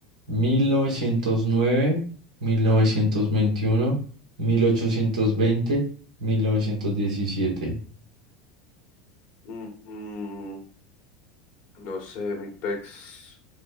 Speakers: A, on the right; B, on the left.
A: Mil mil mil novecientos novecientos nueve, veintiuno, mil ochocientos veinte, mil novecientos diecisiete.
B: Mm, mm, no sé, mi pex.